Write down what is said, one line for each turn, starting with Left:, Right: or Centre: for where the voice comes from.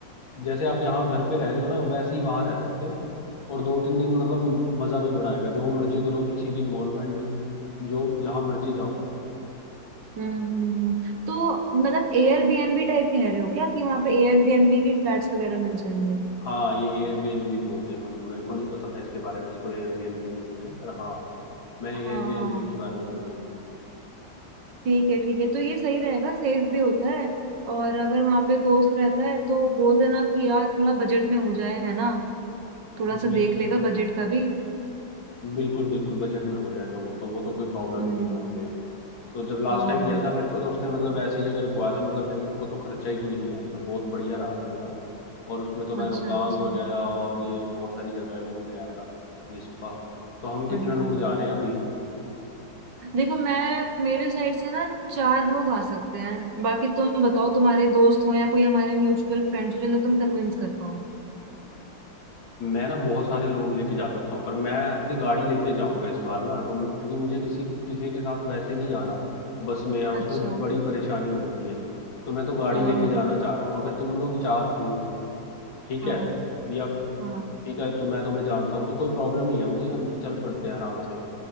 Left: जैसे आप यहाँ घर पे रह रहे हो ना वैसे ही वहां रह सकते हो और दो तीन दिन मतलब मजा भी बड़ा आएगा जो मर्जी करो किसी की इन्वॉल्वमेंट नहीं जो जहां मर्जी जाओ
Right: हम्म हम्म, हम्म। तो मतलब एयरबीएनबी टाइप कह रहे हो क्या कि वहां पे एयरबीएनबी के फ्लैट्स वगैरह मिल जाएंगे
Left: हाँ ये एयरबीएनबी बोलते हैं मतलब मेरे को नहीं पता था इसके बारे में इसको एयरबीएनबी बोलते हैं पर हाँ मैं एयरबीएनबी
Right: हाँ
Left: के बारे में बोल रहा
Right: ठीक है ठीक है तो ये सही रहेगा सेफ भी होता है और अगर वहां पे दोस्त रहता है तो बोल देना कि यार थोड़ा बजट में हो जाए है ना थोड़ा
Left: हूँ
Right: सा
Left: बिल,
Right: देख लेगा बजट का भी
Left: बिल्कुल बिल्कुल बजट में हो जाएगा वो तो वो तो कोई प्रॉब्लम
Right: हम्म
Left: ही नहीं है वहाँ पे तो जब लास्ट
Right: हाँ
Left: टाइम गया था मेरे को तो उसने मतलब ऐसी जगह रुकवाया था मतलब मेरे को तो खर्चा ही कोई नहीं आया था बहुत बढ़िया रहा था मेरा और उसमें तो मैं
Right: अच्छा
Left: रोहतांग
Right: अच्छा
Left: वगैरह और ये बहुत सारी जगहें घूम के आया था जिसपा तो हम कितने
Right: बढ़िया
Left: लोग जा रहे हैं अभी
Right: देखो मैं मेरे साइड से ना चार लोग आ सकते हैं बाकी तुम बताओ तुम्हारे दोस्त हो या कोई हमारे म्यूचुअल फ्रेंड्स हो जिन्हें तुम कन्विंस कर पाओ
Left: मैं ना बहुत सारे लोग लेके जा सकता हूँ पर मैं अपनी गाड़ी लेके जाऊंगा इस बार ना तो म- क्योंकि मुझे किसी किसी के साथ वैसे नहीं जाना बस में या उसमें
Right: अच्छा
Left: बड़ी परेशानी हो जाती है तो मैं तो गाड़ी
Right: हाँ
Left: लेके
Right: हाँ
Left: जाना चाह रहा हूँ अगर तुम लोग चार हो ठीक
Right: हाँ
Left: है या
Right: हाँ
Left: ठीक है तो मैं तुम्हें जानता हूँ तो कोई प्रॉब्लम नहीं है मुझे हम चल पड़ते हैं आराम से